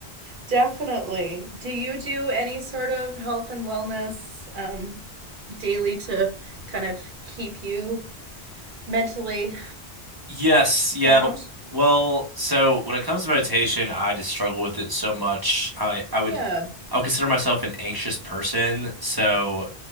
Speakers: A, on the right; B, on the right.
A: definitely. Do you do any sort of health and wellness um, daily to kind of keep you mentally
B: Yes, yeah.
A: sound?
B: Well, so when it comes to meditation, I just struggle with it so much. I I would
A: Yeah.
B: I would consider myself an anxious person, so